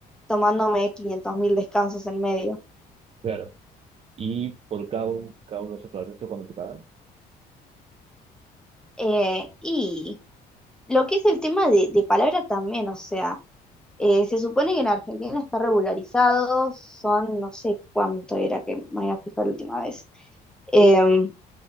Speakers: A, in the centre; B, on the right.
A: tomándome 500.000 descansos en medio.
B: Claro. ¿Y por cada, un, cada uno de esos proyectos cuánto te pagan?
A: Eh, y lo que es el tema de, de palabra también, o sea, eh, se supone que en Argentina está regularizado, son no sé cuánto era que me había fijado la última vez. Eh,